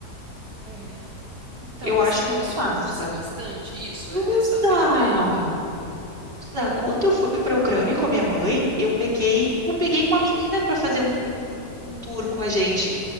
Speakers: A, on the right; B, on the right.
A: É. Então,
B: Eu
A: mas
B: acho
A: será que
B: muito
A: o pessoal
B: massa.
A: usa bastante isso,
B: Usa!
A: e- essa ferramenta?
B: Usa. Quando eu fui para a Ucrânia com a minha mãe, eu peguei, eu peguei uma menina para fazer um, um, um tour com a gente.